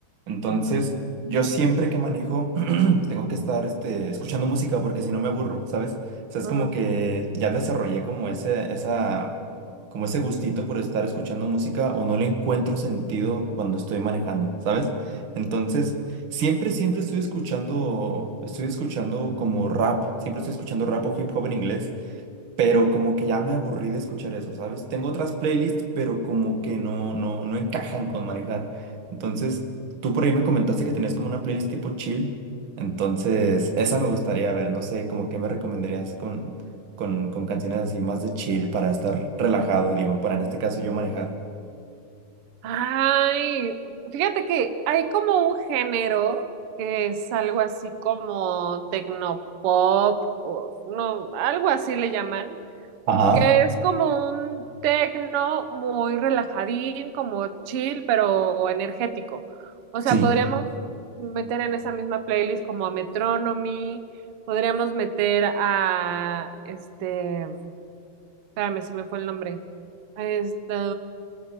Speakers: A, on the right; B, on the right.
A: Entonces,
B: Mm,
A: yo siempre que manejo, <clears throat> tengo que estar este, escuchando música porque si no me aburro, ¿sabes? O sea, es
B: ujú.
A: como que ya desarrollé como ese, esa, como ese gustito por estar escuchando música o no le encuentro sentido cuando estoy manejando, ¿sabes? Entonces, siempre, siempre estoy escuchando, estoy escuchando como rap, siempre estoy escuchando rap o hip hop en inglés pero como que ya me aburrí de escuchar eso, ¿sabes? Tengo otras playlists, pero como que no, no, no encajan con manejar. Entonces, tú por ahí me comentaste que tenías como una playlist tipo chill, entonces esa me gustaría ver, no sé, como que me recomendarías con, con, con canciones así más de chill para estar relajado, digo, para en este caso yo manejar.
B: Ay, fíjate que hay como un género que es algo así como tecnopop, o no, algo así le llaman
A: Ajá,
B: que es como un tecno muy relajadín, como chill, pero energético. O sea,
A: sí,
B: podríamos meter en esa misma playlist como a Metronomy, podríamos meter a este, espérame, se me fue el nombre. Este,